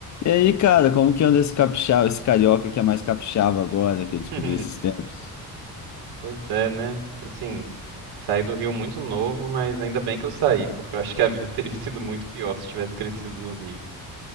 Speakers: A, on the left; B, on the right.
A: E aí, cara, como que anda esse capixaba, esse carioca que é mais capixaba agora, que eu descobri
B: <laughs>
A: esses tempos?
B: Pois é, né? Assim, saí do Rio muito novo, mas ainda bem que eu saí, porque eu acho que a vida <laughs> teria sido muito pior se tivesse crescido no Rio.